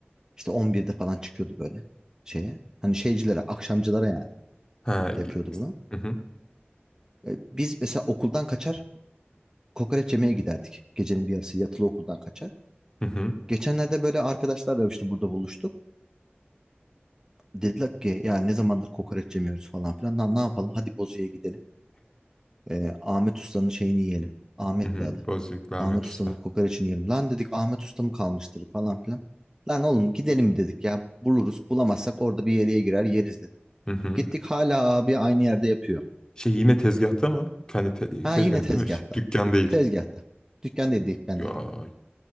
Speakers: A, on the right (about 15°); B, on the left (about 20°).
A: İşte 11'de falan çıkıyordu böyle şeye. Hani şeycilere, akşamcılara yani
B: Ha. gi-
A: yapıyordu bunu.
B: Hı hı.
A: E, biz mesela okuldan kaçar kokoreç yemeye giderdik. Gecenin bir yarısı yatılı okuldan kaçar.
B: Hı hı.
A: Geçenlerde böyle arkadaşlarla işte burada buluştuk. Dediler ki ya ne zamandır kokoreç yemiyoruz falan filan. Lan ne yapalım hadi Bozüyük'e gidelim. Ee, Ahmet Usta'nın şeyini yiyelim. Ahmet
B: Hı hı.
A: de adı.
B: Bozüyüklü Ahmet
A: Ahmet
B: Usta.
A: Usta'nın kokoreçini yiyelim. Lan dedik Ahmet Usta mı kalmıştır falan filan. Lan oğlum gidelim dedik ya buluruz. Bulamazsak orada bir yere girer yeriz dedik.
B: Hı hı.
A: Gittik hala abi aynı yerde yapıyor.
B: Şey yine tezgahta mı? Kendi te-
A: Ha
B: tezgah
A: yine tezgahta.
B: değil mi? Ş- Dükkan değil.
A: Tezgahta. Dükkan değil dükkan
B: Ya
A: değil.